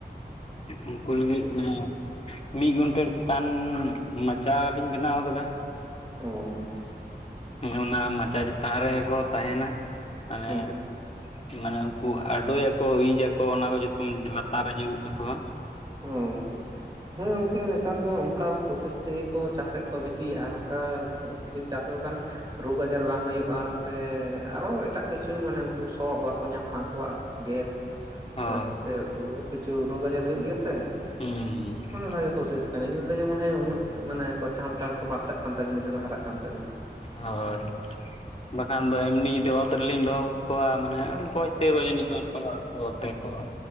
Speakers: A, on the left; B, on the right.
A: ᱩᱱᱠᱩ ᱞᱟᱹᱜᱤᱫ ᱢᱟᱱᱮ ᱢᱤᱫ ᱜᱚᱱᱴᱷᱮᱲ ᱪᱮᱛᱟᱱ ᱢᱟᱪᱟ ᱞᱤᱧ ᱵᱮᱱᱟᱣ ᱟᱠᱟᱫᱟ᱾
B: ᱚᱸᱻ
A: ᱚᱱᱟ ᱢᱟᱪᱟ ᱪᱮᱛᱟᱱ ᱨᱮᱜᱮ ᱠᱚ ᱛᱟᱦᱮᱱᱟ ᱢᱟᱱᱮ
B: ᱦᱮᱸ
A: ᱢᱟᱱᱮ ᱩᱱᱠᱩ ᱟᱰᱳᱭᱟᱠᱚ ᱤᱡ ᱟᱠᱚ ᱚᱱᱟ ᱠᱚ ᱡᱚᱛᱚᱢ ᱞᱟᱛᱟᱨ ᱨᱮ ᱧᱩᱨᱩᱜ ᱛᱟᱠᱚᱣᱟ᱾
B: ᱚᱸᱻ ᱦᱮᱸ ᱜᱚᱝᱠᱮ ᱱᱮᱛᱟᱨ ᱫᱚ ᱚᱱᱠᱟ ᱯᱨᱚᱥᱮᱥ ᱛᱮᱜᱮ ᱠᱚ ᱪᱟᱥᱮᱫ ᱠᱚᱣᱟ ᱵᱤᱥᱤ, ᱟᱨ ᱚᱱᱠᱟ ᱵᱤᱱ ᱪᱟᱥ ᱞᱮᱠᱚ ᱠᱷᱟᱱ ᱨᱳᱜᱽ ᱟᱡᱟᱨ ᱵᱟᱝ ᱦᱩᱭᱩᱜᱼᱟ, ᱥᱮ ᱟᱨᱚ ᱮᱴᱟᱜ ᱠᱤᱪᱷᱩ ᱢᱟᱱᱮ ᱩᱱᱠᱩ ᱥᱚ ᱵᱟᱠᱚ ᱧᱟᱢ ᱢᱟ ᱟᱠᱚᱣᱟᱜ᱾ ᱜᱮᱥ
A: ᱦᱳᱭ
B: ᱮᱛᱮ ᱵᱩᱦᱩ ᱠᱤᱪᱷᱩ ᱨᱳᱜᱽ ᱟᱡᱟᱨ ᱦᱩᱭᱩᱜ ᱜᱮᱭᱟ ᱥᱮ
A: ᱦᱩᱸ
B: ᱢᱟᱱᱮ ᱵᱷᱟᱜᱮ ᱯᱨᱳᱥᱮᱥ ᱠᱟᱱᱟ ᱤᱱᱟᱹ ᱛᱮᱜᱮ ᱩᱱᱟᱹᱜ ᱢᱚᱱᱮ ᱩᱱᱟᱹᱜ ᱢᱟᱱᱮ ᱠᱚ ᱪᱟᱬ ᱪᱟᱬ ᱠᱚ ᱯᱟᱨᱪᱟᱜ ᱠᱟᱱ ᱛᱟᱵᱤᱱᱟ ᱥᱮᱠᱚ ᱦᱟᱨᱟᱜ ᱠᱟᱱ ᱛᱟᱵᱤᱱᱟ᱾
A: ᱦᱳᱭ ᱵᱟᱠᱷᱟᱱ ᱫᱚ ᱮᱢᱱᱤ ᱡᱩᱫᱤ ᱚᱛ ᱨᱮᱞᱤᱧ ᱫᱚᱦᱚ ᱠᱟᱠᱚᱣᱟ ᱢᱟᱱᱮ ᱜᱚᱡ ᱛᱮ ᱜᱚᱡ ᱟᱹᱱᱤᱡ ᱠᱟᱱ ᱠᱚᱣᱟ ᱚᱫᱫᱷᱮᱠ ᱠᱚᱜ-ᱟ